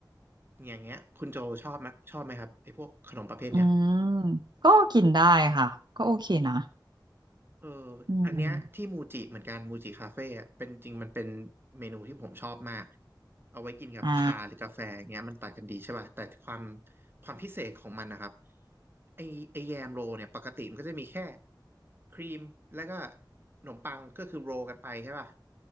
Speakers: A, on the right; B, on the right.
A: อย่างเงี้ยคุณโจชอบไหมชอบไหมครับไอ้พวกขนมประเภทเนี้ย
B: อืมก็กินได้ค่ะก็โอเคนะ
A: เออ
B: อืมอนเนี้ย
A: อันเนี้ยที่มูจิเหมือนกันมูจิคาเฟ่อะเป็นจริงมันเป็นเมนูที่ผมชอบมากเอาไว้กินกับชาหรือกาแฟอย่างเงี้ยมันตัดกันดีใช่ป่ะแต่ความ
B: อ่า
A: ความพิเศษของมันนะครับไอไอแยมโรลเนี่ยปกติมันก็จะมีแค่ครีมแล้วก็ขนมปังก็คือโรลกันไปใช่ป่ะ